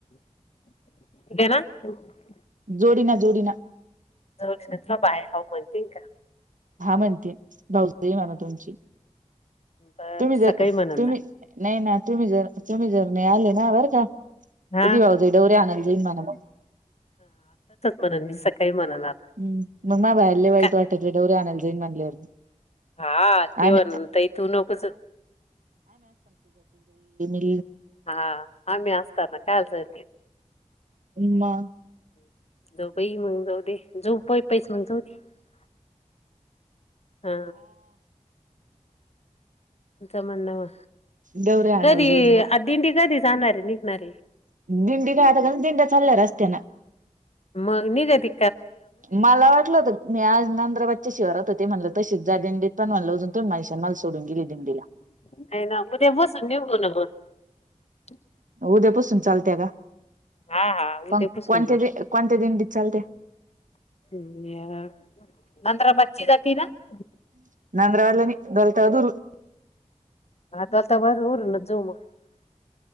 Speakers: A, on the left; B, on the right.
A: <inaudible>
B: जोडीना जोडीना.
A: थ बाय ह म्हणते का.
B: हा म्हणते भाऊजई म्हण तुमची.
A: बर
B: तुम्ही जर
A: सकाळी म्हणन
B: तुम्ही
A: ना
B: नाही ना तुम्ही जर तुम्ही जर नाही आले ना बरं का.
A: हा
B: कधी वाहतोय डवरऱे आनंद जाईन मान मग.
A: णून मी सकाळी. म्हणन आता
B: हम् मग मा बाहेरले वाईट
A: काय
B: वाटत डवरे आणनाला जाईन बनलेवर
A: हा ते
B: म
A: म्हणन ताई तू नकोच
B: <unintelligible>
A: हा आम्ही असत ना काय असय
B: उमा.
A: <unintelligible> हा. ज म्हणणावा
B: डवरे आणायला
A: कधी
B: जाऊन मग
A: आ दिंडी कधी जाणारे निघणारे.
B: दिंडी काता दिंड्या चालल्या रस्त्याना
A: मग निघती
B: मला वाटलं होत मी आज नंद्रबाजच्या शिवारात होते म्हणलं तशी जा दिंडीत पण म्हणलं अजून तो मैशन माल सोडून गेली दिंडीला.
A: <unintelligible>
B: उद्यापसून चालते का
A: हा हा उद्या
B: पण
A: बसून
B: कोणत्या दि कोणत्या दिंडीत चालते
A: हम् <inaudible> जातना
B: <unintelligible>
A: <inaudible>